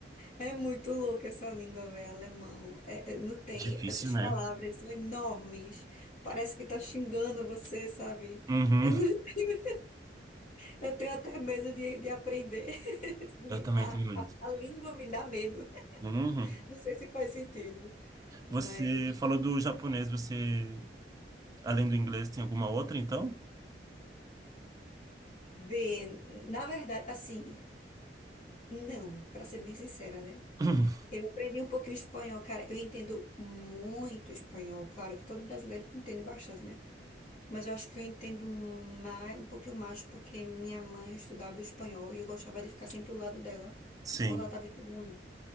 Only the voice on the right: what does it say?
Difícil,
né?
Uhum.
Eu também
tenho medo.
Uhum.
Você falou do japonês, você, além do inglês, tem alguma outra, então?
<clears throat>
Sim.